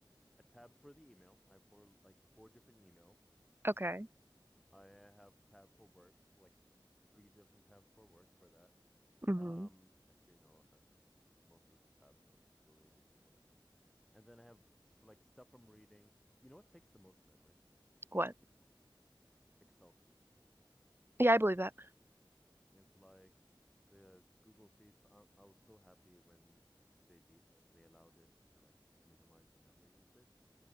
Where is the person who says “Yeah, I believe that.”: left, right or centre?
Right